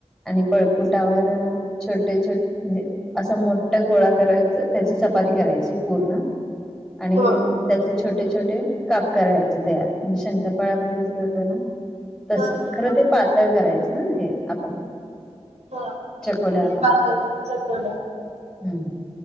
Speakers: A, in the centre; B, on the right (about 75°).
A: आणि पळफुटावर छोटे छोटे म्हणजे असं मोठा गोळा करायचा त्याची चपाती करायची पूर्ण आणि
B: हा
A: त्याचे छोटे छोटे काप करायचे तयार म्हणजे शंखपाळ आपण कसं करतोय ना. तस
B: हा
A: खरं
B: हा हा
A: ते पातळ करायचं हे आपण
B: हा हे
A: चकोल्या
B: पातळ चकोड
A: हम्